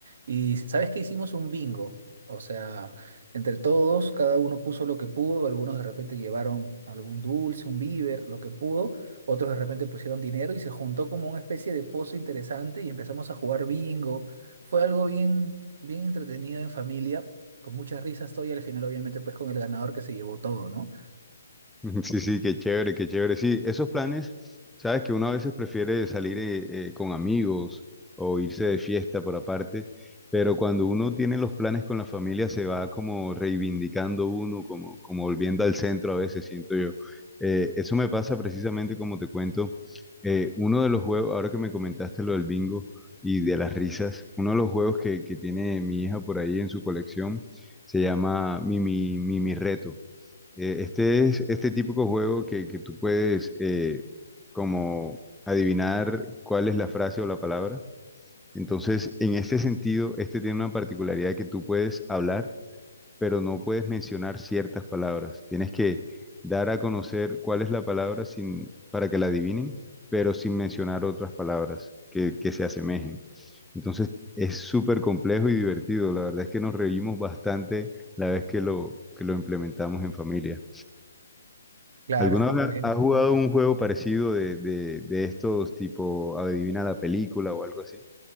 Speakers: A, on the right (about 55°); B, in the centre.
A: Y sabes que hicimos un bingo. O sea, entre todos, cada uno puso lo que pudo, algunos de repente llevaron algún dulce, un víver, lo que pudo, otros de repente pusieron dinero y se juntó como una especie de pozo interesante y empezamos a jugar bingo. Fue algo bien, bien entretenido en familia con muchas risas estoy y al final obviamente pues con el ganador que se llevó todo, ¿no?
B: <laughs> Sí, sí, qué chévere, qué chévere. Sí, esos planes, sabes que uno a veces prefiere salir eh, eh, con amigos o irse de fiesta por aparte, pero cuando uno tiene los planes con la familia se va como reivindicando uno, como, como volviendo al centro a veces, siento yo. Eh, eso me pasa precisamente como te cuento, eh, uno de los juegos, ahora que me comentaste lo del bingo y de las risas, uno de los juegos que, que tiene mi hija por ahí en su colección se llama Mimi, Mimi Reto. Eh, este es este típico juego que, que tú puedes eh, como adivinar cuál es la frase o la palabra. Entonces, en este sentido, este tiene una particularidad que tú puedes hablar, pero no puedes mencionar ciertas palabras. Tienes que dar a conocer cuál es la palabra sin, para que la adivinen, pero sin mencionar otras palabras que, que se asemejen. Entonces, es súper complejo y divertido. La verdad es que nos reímos bastante la vez que lo, que lo implementamos en familia.
A: Claro,
B: ¿Alguna
A: está
B: vez
A: bien.
B: has
A: ¿no?
B: jugado un juego parecido de, de, de estos tipo adivina la película o algo así?